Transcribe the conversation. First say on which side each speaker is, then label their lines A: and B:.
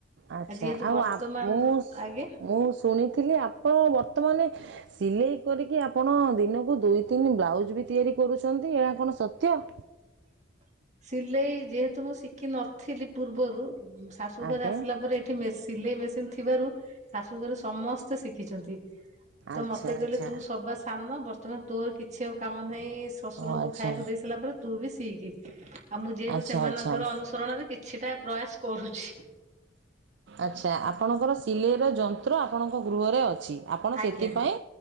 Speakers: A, on the right (about 60°); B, on the right (about 35°).
A: ଆଛା
B: ଯେହେତୁ
A: ଆଉ
B: ବର୍ତ୍ତମାନ
A: ଆପ୍ ମୁଁଶ୍
B: ଆଜ୍ଞା
A: ମୁଁ ଶୁଣିଥିଲି ଆପଣ ବର୍ତ୍ତମାନେ ସିଲେଇ କରିକି ଆପଣ ଦିନକୁ ଦୁଇ ତିନି ବ୍ଲାଉଜ ବି ତିଆରି କରୁଛନ୍ତି, ଏହା କଣ ସତ୍ୟ? <inaudible>
B: <inaudible> ସିଲେଇ ଯେହେତୁ ମୁଁ ଶିଖିିନଥିଲି ପୂର୍ବରୁ ଶାଶୁ
A: ଆଜ୍ଞା
B: ଘରେ ଆସିଲା ପରେ ଏଠି ମେଶି ସିଲେଇ ମେସିନ୍ ଥିବାରୁ ଶାଶୁ ଘରେ ସମସ୍ତେ ଶିଖିଚନ୍ତି। ତ
A: ଆଚ୍ଛା
B: ମତେ କହିଲୁ,
A: ଆଚ୍ଛା
B: ତୁ ସବା ସାନ ବର୍ତ୍ତମାନ ତୋର କିଛି ଆଉ କାମ ନାହିଁ ଶଶୁରଙ୍କୁ
A: ଓ ଆଚ୍ଛା
B: ଖାଇବାକୁ ଦେଇ ସାରିଲା ପରେ ତୁ ବି ସିଖି, ଆଉ ମୁଁ ଯେହେତୁ
A: ଆଚ୍ଛା
B: ସେମାନଙ୍କର
A: ଆଚ୍ଛା
B: ଅନୁସରଣରେ କିଛିଟା ପ୍ରୟାସ କରୁଛି।
A: ଆଚ୍ଛା ଆପଣଙ୍କର ସିଲେଇର ଯନ୍ତ୍ର ଆପଣଙ୍କ ଗୃହରେ ଅଛି ଆପଣ
B: ଆଜ୍ଞା।
A: ସେଥିପାଇଁ